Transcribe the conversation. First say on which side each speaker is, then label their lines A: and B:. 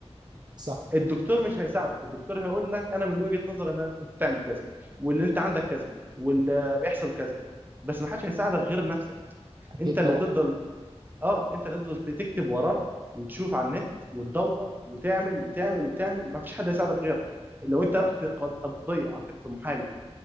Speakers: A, on the right; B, on the right.
A: صح
B: الدكتور مش هيساعدك الدكتور هيقول لك انا من وجهة نظري ان أنا- انت تعمل كذا واللي انت عندك كذا واللي بيحصل كذا بس ما حدش هيساعدك غير نفسك
A: اكيد
B: انت اللي
A: طبعا
B: هتفضل اه انت اللي هتفضل تكتب وراه وتشوف على النت وتدور وتعمل وتعمل وتعمل ما فيش حد هيساعدك غيرك لو انت رحت قض- قضية عندك في محامي